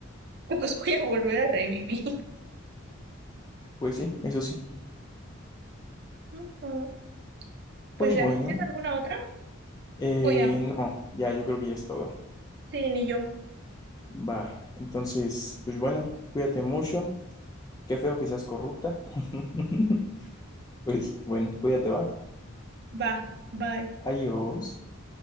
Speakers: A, on the right; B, on the left.
A: <laughs> Pues voy a volver a revivir.
B: Pues sí, eso sí.
A: Ujú. Pues
B: Pues
A: ya,
B: bueno,
A: ¿tienes alguna otra?
B: eh,
A: O ya no.
B: no, ya yo creo que ya es todo.
A: Sí, ni yo.
B: Va, entonces, pues bueno, cuídate mucho. Qué feo que seas corrupta. <laughs> Pues bueno, cuídate, va.
A: Va, bye.
B: Adiós.